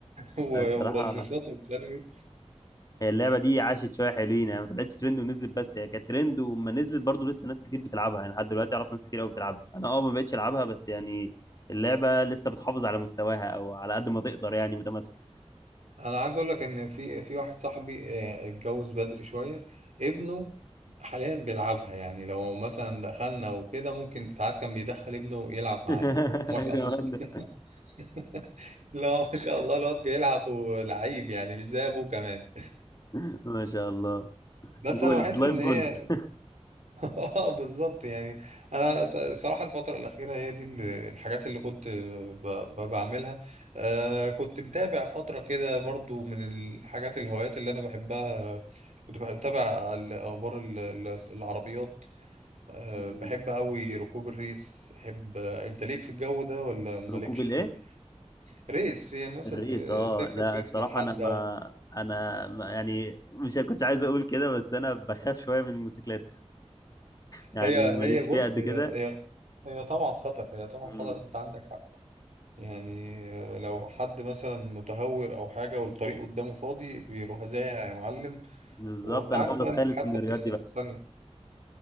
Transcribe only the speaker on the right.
و-
<laughs> ورشاشات ومش عارف إيه.
انا عايز اقول لك ان في في واحد صاحبي آه، اتجوز بدري شويه ابنه حاليا بيلعبها يعني لو مثلا دخلنا وكده ممكن ساعات كان بيدخل ابنه يلعب معانا
ما شاء الله
<laughs> لا ما شاء الله الواد بيلعب ولعيب يعني مش زي ابوه كمان
بس
انا بحس
ان
هي اه بالظبط يعني انا ص- صراحه الفتره الاخيره هي دي ال- الحاجات اللي كنت ب- ب- بعملها آه كنت متابع فتره كده برضو من الحاجات الهوايات اللي انا بحبها كنت بحب- بتابع الاخبار ال- ال- العربيات آه
بحب قوي ركوب الريس بحب انت ليك في الجو ده ولا مالكش
فيه ريس يعني مثلا
ت-
تركب
ريس
مع حد
او
هي
هي بص
هي
هي هي طبعا خطر هي طبعا
خطر انت عندك حق يعني آه، لو حد مثلا متهور او حاجه والطريق قدامه فاضي بيروح زايع يا معلم
وانت
عارف
بقى
الحادثه
بتحصل
في
ثانيه